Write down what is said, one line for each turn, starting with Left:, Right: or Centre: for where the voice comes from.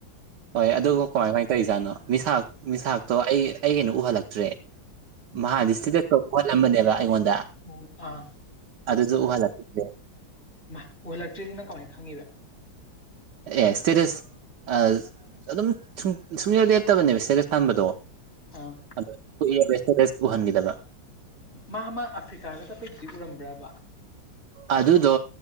Right: ꯍꯣꯏ ꯑꯗꯨ ꯀꯃꯥꯏ ꯀꯃꯥꯏꯅ ꯇꯧꯔꯤꯖꯥꯠꯅꯣ ꯃꯤꯁꯥꯛ ꯃꯤꯁꯥꯛꯇꯣ ꯑꯩ ꯑꯩ ꯀꯩꯅꯣ ꯎꯍꯜꯂꯛꯇ꯭ꯔꯦ ꯃꯍꯥꯟꯅꯗꯤ ꯏꯁꯇꯦꯇꯥꯁꯇꯣ ꯎꯍꯜꯂꯝꯕꯅꯦꯕ ꯑꯩꯉꯣꯟꯗ
Left: ꯑꯣ ꯑꯥ
Right: ꯑꯗꯨꯁꯨ ꯎꯍꯜꯂꯛꯈꯤꯗ꯭ꯔꯦ
Left: ꯃꯥ ꯎꯍꯜꯂꯛꯇ꯭ꯔꯤꯗꯤꯅꯪ ꯀꯃꯥꯏꯅ ꯈꯪꯉꯤꯕ
Right: ꯑꯦ ꯁ꯭ꯇꯦꯇꯁ ꯑꯗꯨꯝ ꯁꯨꯡ ꯁꯨꯡꯂꯦꯞ ꯂꯦꯞꯇꯕꯅꯦꯕ ꯁ꯭ꯇꯦꯇꯁ ꯊꯝꯕꯗꯣ
Left: ꯑꯥ
Right: ꯑꯗ ꯀꯨꯏꯔꯦꯕ ꯁ꯭ꯇꯦꯇꯥꯁ ꯎꯍꯟꯈꯤꯗꯕ
Left: ꯃꯥ ꯃꯥ ꯑꯐ꯭ꯔꯤꯀꯥꯒ ꯆꯠꯄꯩꯗꯨꯗꯤ ꯎꯔꯝꯕ꯭ꯔꯕ
Right: ꯑꯗꯨꯗꯣ